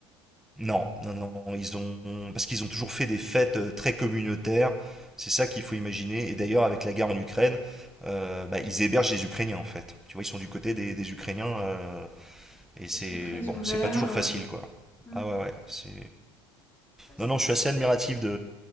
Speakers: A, in the centre; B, on the left.
A: non, non, non, ils ont, parce qu'ils ont toujours fait des fêtes euh, très communautaires. C'est ça qu'il faut imaginer. Et d'ailleurs, avec la guerre en Ukraine, euh, bah, ils hébergent les Ukrainiens en fait. Tu vois, ils sont du côté des, des Ukrainiens, euh, et c'est
B: Ils sont très
A: bon,
B: ouverts.
A: c'est pas toujours
B: euh,
A: facile, quoi.
B: mm.
A: Ah ouais, ouais, c'est.
B: Ouais, c'est
A: Non, non, je suis
B: c'est,
A: assez admiratif de,